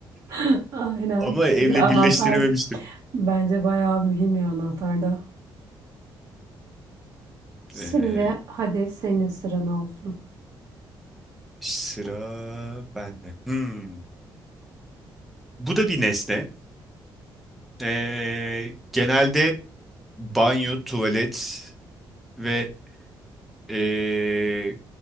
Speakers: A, on the right; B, in the centre.
A: <laughs> Aynen.
B: <laughs> Ama evle
A: Anahtar
B: birleştirememiştim.
A: bence bayağı mühim ya anahtarda. Şimdi
B: Ee,
A: hadi senin sıran olsun.
B: sıra bende. Hmm. Bu da bir nesne. Ee, genelde banyo, tuvalet ve ee,